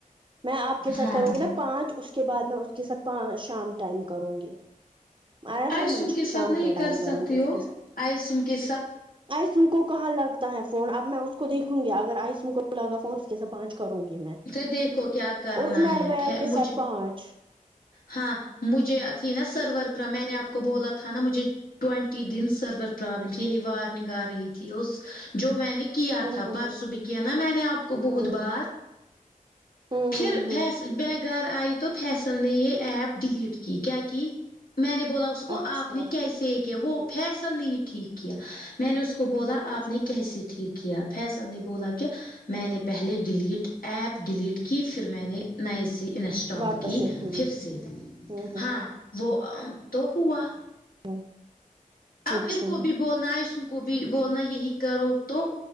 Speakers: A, on the right (about 35°); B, on the left (about 85°).
A: میں آپ کے ساتھ
B: ہاں
A: کروں گی نا پانچ اس اس کے بعد میں اس کے ساتھ شام ٹائم کروں گی آیا سمجھ
B: آئسم
A: شام
B: ساتھ نہیں
A: کے ٹائم
B: کر
A: کروں
B: سکتی
A: گی اس
B: ہو
A: کے ساتھ
B: آئسم کے
A: آئسم کو کہاں لگتا ہے فون اب میں اس کو دیکھوں گی اگر آئسم کو لگا فون اس کے ساتھ پانچ کروں گی میں
B: تو دیکھو کیا کرنا
A: اور عمیر
B: ہے
A: بھیا
B: پھر
A: کے
B: مجھے
A: ساتھ پانچ
B: ہاں مجھے ا تھی نا سرور پر میں نے آپ کو بولا تھا نا مجھے ٹئونٹی دن سرور پررابلم تھی یہ وارننگ آ رہی تھی اس جو میں نے کیا
A: ہوں
B: تھا
A: ہوں
B: پرسوں بھی کیا نا میں نے آپ کو
A: ہوں
B: بہت بار
A: ہوں ہوں
B: پھر
A: ہوں ہوں
B: بھیس میں گھر آئی تو فیصل نے یہ ایپ ڈیلیٹ کی کیا کی میں نے بولا کو
A: اچھا
B: آپ نے کیسے کیا وہ فیصل ہی نے ٹھیک کیا میں نے اس کو بولا آپ
A: اچھا
B: نے کیسے ٹھیک کیا فیصل نے بولا کہ میں نے پہلے ڈیلیٹ ایپ ڈیلیٹ کی پھر میں نے نئی اسی انسٹال
A: واپس
B: کی
A: سے ہوں
B: پھر سے
A: ہوں ہوں
B: ہاں
A: ہوں
B: وہ تو ہوا
A: ہوں
B: اب
A: اچھا
B: ان کو بھی بولنا ہے ائسن کو بھی بولنا یہی کرو تو